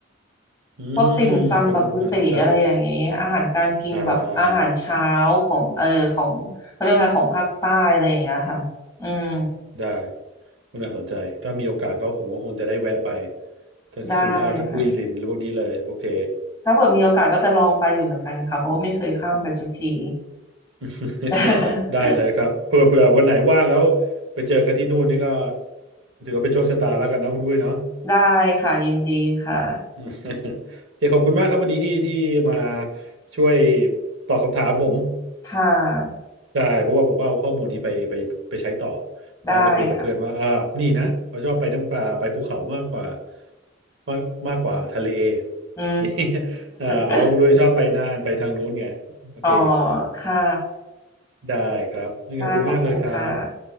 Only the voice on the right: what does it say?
อืม
ก็น่าสนใจอ่าได้ก็น่าสนใจถ้ามีโอกาสก็ผมก็คงจะได้แวะไปทั้งสุราษฎร์ทั้งกุยลินพวกนี้เลยโอเค
<laughs>
ได้เลยครับเผื่อเผื่อวันไหนว่างแล้วไปเจอกันที่นู่นนี่ก็ถือว่าเป็นโชคชะตาแล้วกันนะคุณวุ้ยเนาะ
<laughs> อืมโอเคขอบคุณมากครับวันนี้ที่ที่มาช่วยตอบคำถามผม
ใช่เพราะว่าผมก็เอาข้อมูลนี้ไปไปไปใช้ต่อ
ว่าไปคุยกับเพื่อนว่าอ่านี่นะเราชอบไปน้ำปลาไปภูเขามากกว่ามากมากกว่าทะเล
<laughs> อ่าเอาโดยชอบไปน่านไปทางนู้นไงโอเค
ได้ครับนี่ขอบคุณมากเลยครับ